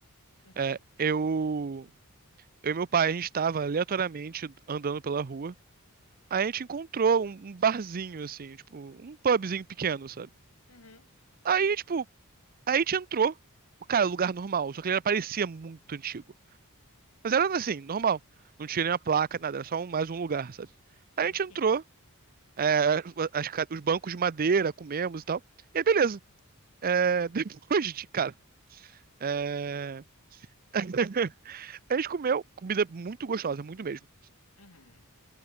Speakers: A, on the left; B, on the right.
A: Uhum.
B: É, eu, eu e meu pai, a gente tava aleatoriamente andando pela rua. Aí a gente encontrou um, um barzinho, assim, tipo, um pubzinho pequeno, sabe?
A: Uhum.
B: Aí, tipo, aí a gente entrou. Cara, lugar normal, só que ele parecia muito antigo. Mas era assim, normal. Não tinha nenhuma placa, nada, era só um- mais um lugar, sabe?
A: Sim,
B: Aí a gente
A: sim.
B: entrou, é, as ca- os bancos de madeira, comemos e tal. E aí, beleza. É, <laughs> depois de, cara, é, <laughs> a gente comeu comida muito gostosa, muito mesmo.
A: Uhum.